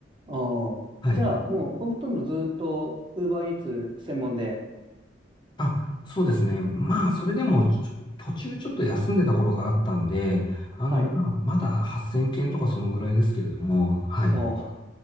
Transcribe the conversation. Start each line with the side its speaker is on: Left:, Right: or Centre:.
Right: おーじゃあ、
Left: はい。
Right: もうほとんどずっと Uber Eats 専門で、
Left: あ、そうですね。まあ、それでも、ちょ途中ちょっと休んでた頃があったんで、
Right: はい。
Left: あの、まあ、まだ8000件とかそのぐらいですけれども、はい。
Right: おー